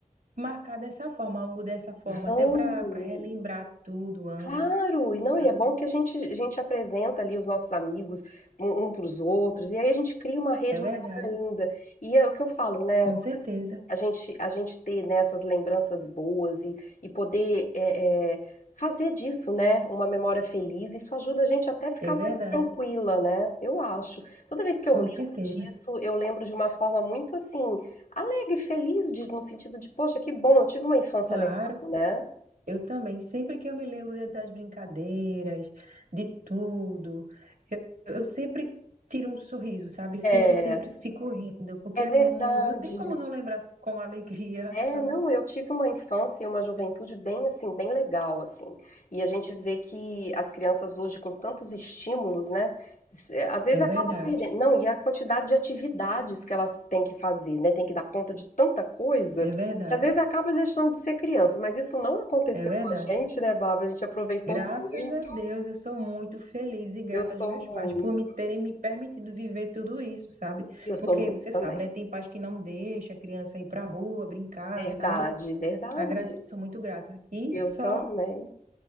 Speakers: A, on the right; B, on the left.
A: marcar dessa forma, algo dessa forma,
B: Vamos!
A: até para para relembrar tudo antes,
B: Claro! E não,
A: sabe?
B: e é bom que a gente, a gente apresenta ali os nossos amigos um, para os outros, e aí a gente cria uma rede
A: É verdade,
B: maior ainda. E é o que eu falo, né?
A: com certeza.
B: a gente, a gente ter, né, essas lembranças boas e, e poder é, é, fazer disso, né, uma memória feliz, isso ajuda a gente até ficar
A: É verdade,
B: mais tranquila, né? Eu acho. Toda vez que eu
A: com
B: lembro
A: certeza.
B: disso, eu lembro de uma forma muito assim, alegre, feliz, de- no sentido de, poxa, que bom, eu tive uma infância
A: Claro.
B: legal, né?
A: Eu também, sempre que eu me lembro de- das brincadeiras, de tudo, eu, eu sempre tiro um sorriso, sabe? Sempre,
B: É,
A: sempre fico rindo, porque
B: é
A: é
B: verdade.
A: muito, não tem como não lembrar com alegria,
B: É,
A: <laughs> sabe?
B: não, eu tive uma infância e uma juventude bem assim, bem legal assim. E a gente vê que as crianças hoje com tantos estímulos, né, se- às vezes
A: É
B: acaba
A: verdade,
B: perdendo. Não, e a quantidade de atividades que elas têm que fazer, né, tem que dar conta de tanta coisa,
A: é
B: que
A: verdade,
B: às vezes É. acaba deixando de ser criança, mas isso não aconteceu
A: é verdade.
B: com a gente, né, Bárbara? A gente aproveitou
A: Graças
B: muito.
A: a Deus, eu sou muito feliz e grata
B: Eu sou
A: aos meus
B: muito,
A: pais por me terem me permitido viver tudo isso, sabe?
B: eu
A: Porque
B: sou muito
A: você
B: também.
A: sabe, né? Tem pais que não deixam a criança ir pra rua brincar,
B: Verdade,
A: sabe?
B: verdade.
A: Agradeço, sou muito grata. E
B: Eu
A: só
B: também.